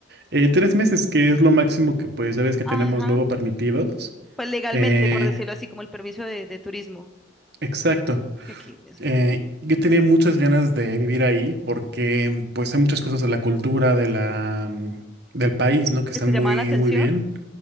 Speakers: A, on the right; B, in the centre.
A: Eh, tres meses, que es lo máximo que pues ya ves que
B: Ajá,
A: tenemos luego permitidos.
B: pues legalmente,
A: Eh,
B: por decirlo así, como el permiso de, de turismo.
A: exacto.
B: aquí, eso,
A: Eh, yo tenía muchas ganas de vivir ahí porque pues hay muchas cosas de la cultura de la, mm, del país, ¿no? Que están
B: que te
A: muy,
B: llamaba la atención
A: muy bien.